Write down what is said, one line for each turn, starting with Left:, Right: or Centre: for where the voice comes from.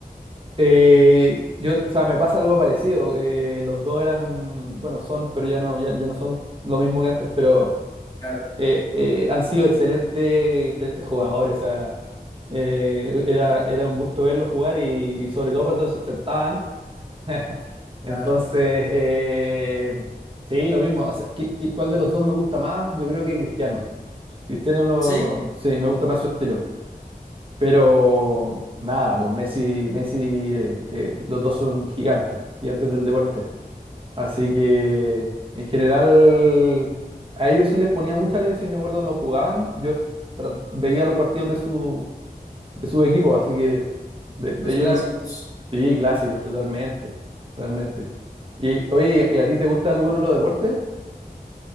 Right: Eh, yo, o sea, me pasa algo parecido. eh, los dos eran, bueno, son, pero ya no, ya, ya no son lo mismo que antes, pero
Left: Claro,
Right: eh, eh, han sido excelentes, excelentes jugadores. O sea, eh, era, era un gusto verlos jugar y, y sobre todo cuando se enfrentaban. <laughs> Entonces,
Left: claro.
Right: eh, sí, lo mismo. O sea, ¿qué- qué- cuál de los dos me gusta más? Yo creo que Cristiano. Cristiano lo,
Left: Sí,
Right: sí, me gusta más su estilo. Pero nada, pues Messi, Messi, eh, eh, los dos son gigantes, gigantes del deporte. Así que en general a ellos sí les ponía mucha atención. Yo recuerdo cuando jugaban, yo tra- veía los partidos de su, de su equipo, así que de, de
Left: los
Right: ellos
Left: clásicos.
Right: sí, clásicos, totalmente, totalmente. Y oye, ¿y a ti te gusta algún otro deporte?